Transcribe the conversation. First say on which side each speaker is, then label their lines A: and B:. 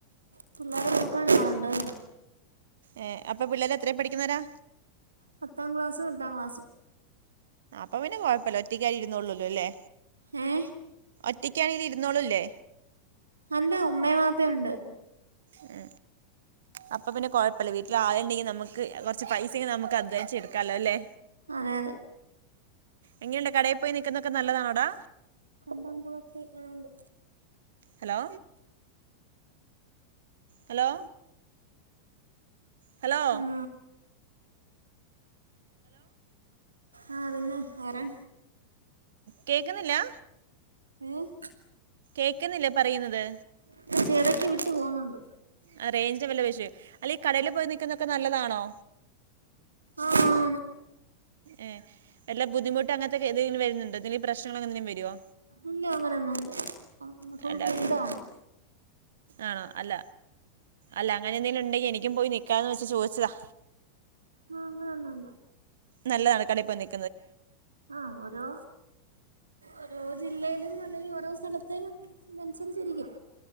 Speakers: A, on the right (about 75°); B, on the right (about 60°).
A: പിള്ളേരെ നോക്കാനാളുണ്ട്
B: ഏ അപ്പൊ പിള്ളേര് എത്ര പഠിക്കുന്നേരാ?
A: പത്താം ക്ലാസും എട്ടാം ക്ലാസും
B: അപ്പൊ പിന്നെ കുഴപ്പല്ല ഒറ്റയ്ക്കായി ഇരുന്നേളുല്ലെ ല്ലോ
A: ഏം
B: ഒറ്റക്കാണെങ്കിൽ ഇരുന്നോളു, ല്ലേ?
A: അല്ല ഉമ്മയും വാപ്പയുണ്ട്
B: ഏ അപ്പൊ പിന്നെ കുയപ്പല്ല വീട്ടിൽ ആള്ണ്ടെങ്കിൽ നമുക്ക് കുറച്ച് പൈസെ നമുക്ക് അധ്വാനിച്ച് എടുക്കാലോ ല്ലേ.
A: അതെ അതെ
B: എങ്ങനെയുണ്ട് കടെ പോയി നിൽക്കുന്നതെക്കെ നല്ലതാണോടാ
A: കണ്ടകുളത്തി ആണ്ട്
B: ഹലോ ഹലോ... ഹലോ.
A: ആ ആ പിന്നെ വേറെ
B: കേക്കുന്നില്ലാ
A: ഉം
B: കേക്കുന്നില്ലേ പറയുന്നത്
A: ചെറക്കെ വിട്ടു പോകുന്നുണ്ട്
B: ആ റേഞ്ചെ വല്ല വിഷയം അല്ല ഈ കടയിലു പോയി നിക്കുന്നന്നൊക്കെ നല്ലതാണോ
A: ആ ആ ആണു
B: ഏ് വല്ല ബുദ്ധിമുട്ട് അങ്ങനെ യത്തെ എന്തെങ്കിലും വരുന്നുണ്ടോ എന്തെങ്കിലും പ്രശ്നങ്ങൾ എന്തെങ്കിലും വരുവോ
A: ഇല്ല അങ്ങനെൊന്നുമില്ല ഫുൾ
B: അല്ല
A: ഫ്രീഡം ആണെ
B: ആണോ അല്ല അല്ല അങ്ങനെ എന്തേലും ഉണ്ടെങ്കി എനിക്കും പോയി നിക്കാന്ന് വെച്ചെ ചോദിച്ചതാ
A: ആ അങ്ങനൊന്നുമല്ല
B: നല്ലതാണ് കടെപ്പോയി നിക്
A: ആ ഓരോ ഓരോ ജില്ലയിലും അല്ലെങ്കിൽ ഓരോ സ്ഥലത്തെ അനുസരിച്ചിരിക്കും